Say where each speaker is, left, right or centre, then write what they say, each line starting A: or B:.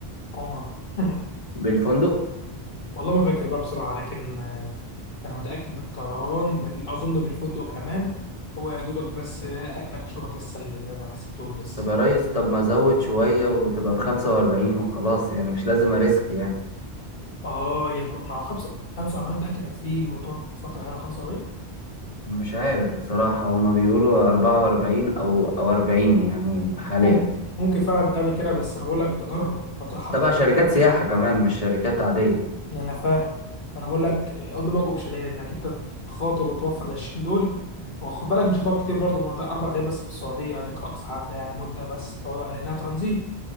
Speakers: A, on the left; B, on the left.
A: عمره <laughs>
B: بالفندق
A: والله ما فاكر بقى بصراحه لكن آه، انا متاكد بالطيران بال... اظن بالفندق كمان هو يا دوبك بس اكلك وشربك لسه اللي ما حسبتوش بس
B: طب يا ريس طب ما ازود شوية وتبقى بخمسة واربعين وخلاص يعني مش لازم اريسك يعني
A: اه يا ب- ما هو 5 45 متاكد انك فيه وتقعد فتره حلوه 45
B: مش عارف بصراحة هما بيقولوا أربعة وأربعين أو أو أربعين يعني حاليا
A: ممكن ممكن فعلا تعمل كده بس انا بقول لك تجرب هتروح حتى
B: تبع
A: الأردن
B: شركات سياحة كمان مش شركات عادية
A: انا فاهم انا بقول لك قدامك اوبشنين انك انت تخاطر وتوفر ال 20 دول وخد بالك مش هتقعد كتير برضه ما اربع ايام بس في السعوديه عليك اقصى حد يعني مده بس تقعد على انها ترانزيت